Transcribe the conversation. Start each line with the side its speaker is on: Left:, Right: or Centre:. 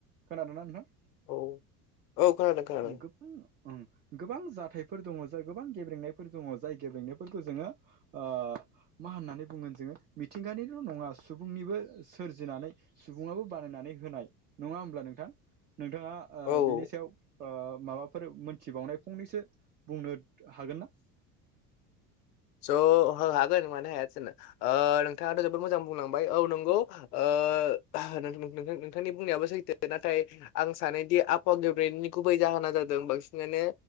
Right: खोनादोंना नोंथां
Left: औ औ खोनादों खोनादों
Right: ओं गोबां ओं गोबां जाथायफोर दङ जाय गोबां गेब्रेंनायफोर दङ जाय गेब्रेंनायफोरखौ जोङो ओ मा होननानै बुंगोन जोङो मिथिंगानिल' नङा सुबुंनिबो सोरजिनानै सुबुङाबो बानायनानै हो होनाय नङा होनब्ला नोंथां! नोंथाङा ओ
Left: औ
Right: बेनि
Left: औ
Right: सायाव ओ माबाफोर मोनथिबावनाय फंनैसो बुंनो हागोन ना?
Left: स' हा हागोन मानो हाया जानो ओ नोंथाङा जोबोद मोजां बुंलांबाय औ नंगौ ओ नों नों नोंथांनि बुंनायाबो सैथो नाथाय आं सानोदि आबफहावा गेब्रेंनाय नि गुबै जाहोना जादों बांसिनानो